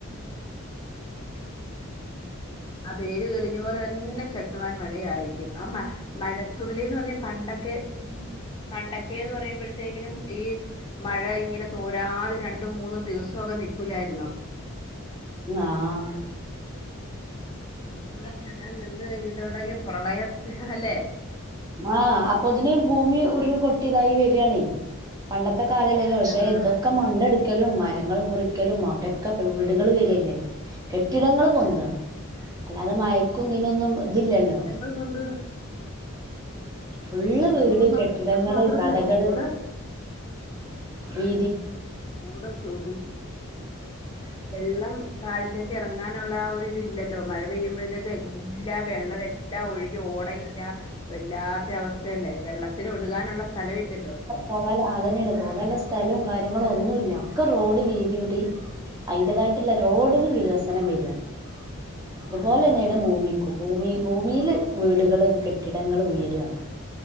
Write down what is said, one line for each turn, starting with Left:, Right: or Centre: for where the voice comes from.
Left: സത്യം ആ വെയില് തെളിഞ്ഞ പോലെ തന്നെ ശക്തമായ മഴയായിരിക്കും ആ മഴ - മഴത്തുള്ളീന്ന് പറഞ്ഞാ പണ്ടൊക്കെ പണ്ടൊക്കെന്ന് പറയുമ്പോഴത്തേക്കിനും ഈ- മഴ ഇങ്ങനെ തോരാതെ രണ്ടും മൂന്നും ദിവസമൊക്കെ നിൽക്കൂലായിരുന്നോ
Right: ആഹ്
Left: ഇപ്പഴൊക്കെ അങ്ങനെ നിന്ന് കഴിഞ്ഞിണ്ടൊങ്കിൽ പ്രളയത്തിൽ അല്ലെ
Right: ആഹ് അപ്പൊതിന് ഭൂമി ഉരുൾ പൊട്ടി ഇതായി വരികയാണേ പണ്ടത്തെ കാലല്ലല്ലോ
Left: ഒരു-
Right: പക്ഷെ
Left: ആ
Right: ഇതൊ ഒക്കെ മണ്ണെടുക്കലും മരങ്ങള് മുറിക്കലും അവിടെക്കെ വീടുകള് വരികല്ലേ. കെട്ടിടങ്ങൾ പൊന്തുവാണ്
Left: പിന്നെ
Right: അല്ലാതെ മയക്കും ഇതിനൊന്നും ഇതില്ലല്ലോ.
Left: പണ്ട് <unintelligible>
Right: ഫുള്ള്
Left: കെട്ടിടം
Right: വീട് കെട്ടിടങ്ങള്
Left: അത് മാത്രല്ല
Right: കടകള്
Left: റോഡ്
Right: വീ
Left: ടെ ജോ <unintelligible>
Right: <inaudible>
Left: വെള്ളം താഴത്തേക്ക് എറങ്ങാനുള്ള ഒരുരിതില്ലല്ലോ മഴ പെയ്യുമ്പോഴത്തേക്കും എല്ലാ വെള്ളം എല്ലാം - എല്ല ഒഴുകി ഓടയില്ല വല്ലാത്ത അവസ്ഥയല്ലേ വെള്ളത്തിന് ഒഴുകാനുള്ള സ്ഥലം ഇല്ലല്ലോ.
Right: പോകാലൊ അത് തന്നെയാണ് പോകാനുള്ള സ്ഥലവും കാര്യങ്ങളും ഒന്നും ഇല്ല ഒക്കെ റോഡ് വീതികൂട്ടി
Left: ആ,
Right: - അയ്ന്റെതായിട്ടുള്ള റോഡിന് വികസനം വരാണ് അതുപോലെ
Left: അതിനെ
Right: തന്നെയാണ് ഭൂമി ഭൂമി ഭൂമില് വീടുകള് കെട്ടിടങ്ങള് ഉയരുകയാണ്